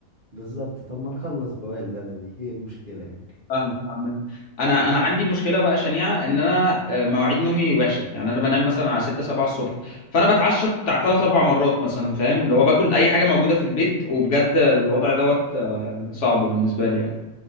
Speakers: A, on the right (about 40°); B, on the left (about 60°).
A: بالظبط طب ما نخلص بواقي الغدا دي هي المشكلة يعني
B: فاهمك عامة انا انا عندي مشكله بقى شنيعه ان انا آه، مواعيد نومي وحشه يعني انا بنام مثلا على 6 7 الصبح فانا بتعشى بتاع 3 4 مرات مثلا فاهم اللي هو باكل اي حاجه موجوده في البيت وبجد الوضع دوت آه، صعب بالنسبه لي